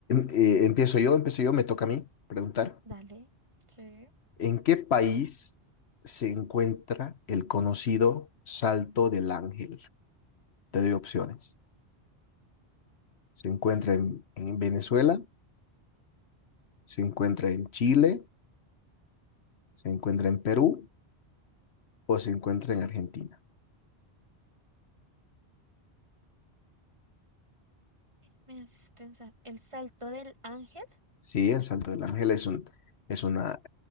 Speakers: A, on the left; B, on the right.
A: eh, empiezo yo, empiezo yo, me toca a mí preguntar.
B: Dale, sí.
A: ¿En qué país se encuentra el conocido Salto del Ángel? Te doy opciones. ¿Se encuentra en, en Venezuela? ¿Se encuentra en Chile? ¿Se encuentra en Perú? ¿O se encuentra en Argentina?
B: Me haces pensar. El salto del ángel
A: Sí, el Salto del Ángel es un, es una,